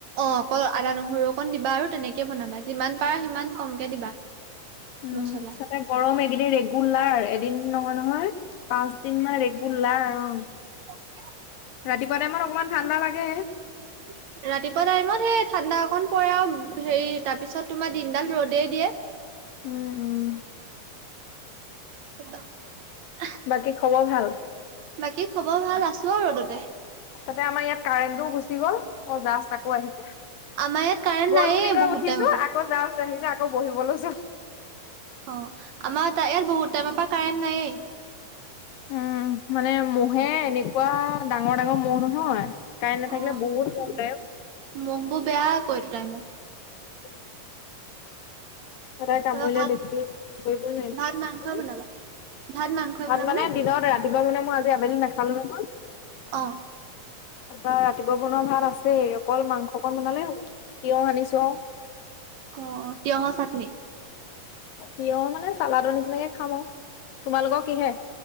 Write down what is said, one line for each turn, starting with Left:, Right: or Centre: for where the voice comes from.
Right: অ' অকল আদা নহৰু অকণ দিবা আৰু তেনেকে বনাবা যিমান পাৰা সিমান কমকে দিবা
Left: উম,
Right: মছলা
Left: তাতে গৰম একদিন ৰেগুলাৰ এদিন নহয় নহয় পাঁচ দিন মান ৰেগুলাৰ লাৰ অ'
Right: মধুৰিআম
Left: ৰাতিপুৱা টাইমত অকমান ঠাণ্ডা লাগে।
Right: <inaudible> ৰাতিপুৱা টাইমত সেই ঠাণ্ডা অকণ পৰে আৰু হেৰি তাৰপিছত তোমাৰ দিনডাল ৰ'দেই দিয়ে।
Left: উম, উম।
Right: <unintelligible>
Left: বাকী খবৰ ভাল।
Right: বাকী খবৰ ভাল আছো আৰু ততে
Left: তাতে আমাৰ ইয়াত কাৰেণ্টও গুচি গ'ল। অ' জাষ্ট আকৌ আহিছে।
Right: আমাৰ ইয়াত কাৰেণ্ট
Left: গ'ল
Right: নাইয়ে
Left: বুলি কৈ
Right: বহুত
Left: উঠিছো
Right: টাইমৰ পৰা
Left: আকৌ জাষ্ট আহিছে আকৌ বহিব লৈছোঁ।
Right: অ' আমাৰ তা ইয়াত বহুত টাইমৰ পৰা কাৰেন্ট নায়েই।
Left: উম, মানে মহে এনেকুৱা ডাঙৰ ডাঙৰ মহ নহয়। কাৰেণ্ট নাথাকিলে
Right: অ'
Left: বহুত মহ ওলাই
Right: মোহ বোৰ বেয়া আকৌ এইটো তাইমৰ
Left: উম। এটা কামৰিলে
Right: তাৰপৰা ভাত
Left: দেখি ধৰিবই নোৱাৰিলোঁ।
Right: ভাত মাংসই বনাবা ভাত মাংসই
Left: ভাত
Right: বনাবানে
Left: মানে দিনতে ৰাতিপুৱা মানে মই আজি আবেলি নাখালো নহয়।
Right: অ'।
Left: তাপা ৰাতিপুৱা বনোৱা ভাত আছেই অকল মাংসকণ বনালেই হ'ব, তিয়হ সানিছো অ
Right: অ, তিয়হৰ চাটনি।
Left: তিয়হ মানে চালাদৰ নিচিনাকে খাম আৰু তোমালোকৰ কিহে?